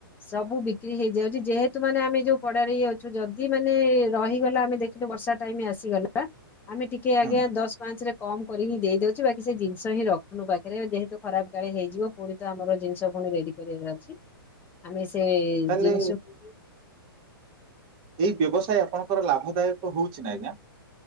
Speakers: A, on the left (about 15°); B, on the right (about 35°).
A: ସବୁ ବିକ୍ରି ହେଇଯାଉଛି ଯେହେତୁ ମାନେ ଆମେ ଯୋଉ କଡାରେ ହେଇ ଯାଉଛୁ ଯଦି ମାନେ ରହିଗଲା ଆମେ ଦେଖିଲୁ ବର୍ଷା ଟାଇମ ଆସିଗଲା। ଆମେ ଟିକେ ଆଜ୍ଞା
B: ହୁଁ
A: ଦଶ ପାଞ୍ଚ ରେ କମ କରିକି ଦେଇଦଉଛି ବାକି ସେ ଜିନିଷ ହିଁ ରଖୁନୁ ପାଖରେ ଯେହେତ ଖରାପ କାଳେ ହେଇଯିବ ପୁଣି ତ ଆମର ଜିନିଷ ପୁଣି ରେଡି କରିବାର ଅଛି ଆମେ ସେ
B: ତାହେଲେ
A: ଜିନିଷକୁ
B: ଏଇ ବ୍ୟବସାୟ ଆପଣଙ୍କର ଲାଭଦାୟକ ହଉଛି ନା ଏଇନା?